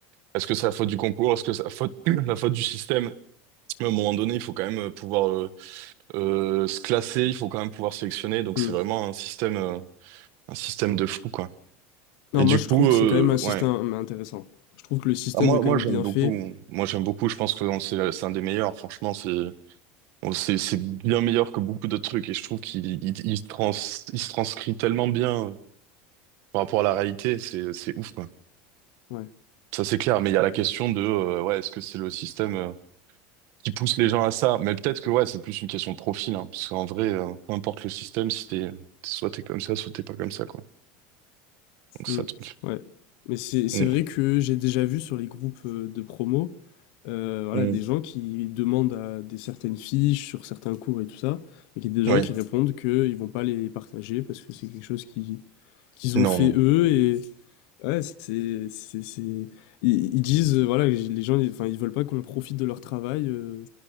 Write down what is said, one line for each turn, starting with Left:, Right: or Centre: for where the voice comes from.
Right: est-ce que c'est la faute du concours, est-ce que c'est la faute <clears throat> la faute du système. Mais à un moment donné, il faut quand même euh, pouvoir euh, euh, se classer, il faut quand même pouvoir sélectionner. Donc
Left: hmm.
Right: c'est vraiment un système euh, un système de fou quoi.
Left: Non,
Right: Et
Left: moi,
Right: du
Left: je
Right: coup,
Left: trouve que
Right: euh,
Left: c'est quand même un système
Right: ouais.
Left: intéressant. Je trouve que le système
Right: Ah, moi,
Left: est quand
Right: moi
Left: même
Right: j'aime
Left: bien
Right: beaucoup.
Left: fait.
Right: Moi, j'aime beaucoup. Je pense que on- c'est c'est un des meilleurs. Franchement, c'est on- c'est c'est bien meilleur que beaucoup d'autres trucs. Et je trouve qu'il il, il trans, il se transcrit tellement bien par rapport à la réalité. C'est c'est ouf, quoi.
Left: Ouais.
Right: Ça, c'est clair. Mais il y a la question de euh, ouais, est-ce que c'est le système euh, qui pousse les gens à ça? Mais peut-être que ouais, c'est plus une question de profil. hein. parce qu'en vrai, euh, peu importe le système, si t'es soit t'es comme ça, soit t'es pas comme ça, quoi. Donc
Left: Hmm.
Right: ça, truc.
Left: Ouais. Mais c'est c'est
Right: Mm,
Left: vrai que j'ai déjà vu sur les groupes euh, de promo, euh, voilà,
Right: mm.
Left: des gens qui demandent à des certaines fiches sur certains cours et tout ça, et qu'il y a des gens
Right: Ouais.
Left: qui répondent qu'ils vont pas les partager parce que c'est quelque chose qui qu'ils ont
Right: Non.
Left: fait eux et ouais, c'est c'est c'est ils, ils disent euh, voilà, les gens ils- enfin ils veulent pas qu'on profite de leur travail euh,